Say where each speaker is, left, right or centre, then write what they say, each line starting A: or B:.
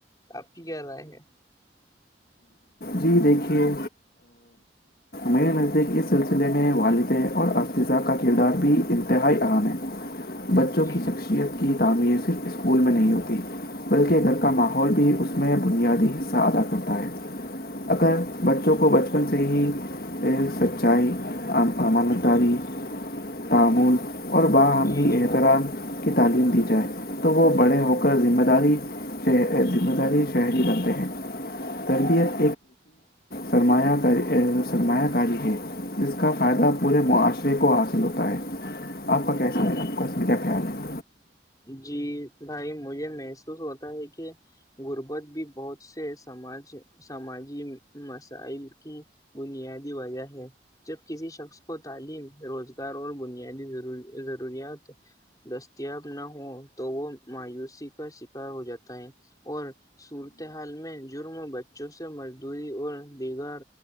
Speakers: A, on the left; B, on the left.
A: آپ کی کیا رائے ہے
B: جی دیکھیے میرے نزدیک اس سلسلے میں والدہ اور اسذہ کا کردار بھی انتہائی اہم ہے بچوں
A: جی
B: کی شخصیت کی تعمیر صرف اسکول میں نہیں ہوتی بلکہ گھر کا ماحول بھی اس میں بنیادی حصہ ادا کرتا ہے اگر بچوں کو بچپن سے ہی تیل سچائی امان داری تعامل اور باہنی
A: جی جی
B: احترام کی تعلیم دی جائے تو وہ بڑے ہو کر ذمہ داری ذمہ داری شہری رکھتے ہیں تربیت فرمایا کر سرمایہ کاری ہے جس کا فائدہ پورے معاشرے کو حاصل ہوتا ہے آپ کا کیسال ہے آپ کا اس کیا خیال ہے
A: جی بھائی مجھے محسوس ہوتا ہے کہ غربت بھی بہت سے سماج سماجی مسائل کی بنیادی وجہ ہے جب کسی شخص کو تعلیم روزگار اور بنیادی ضروری ضروریات دستیاب نہ ہو تو وہ مایوسی کا شکار ہو جاتا ہے اور صورتحال میں جرم و بچوں سے مزدوری اور دیگر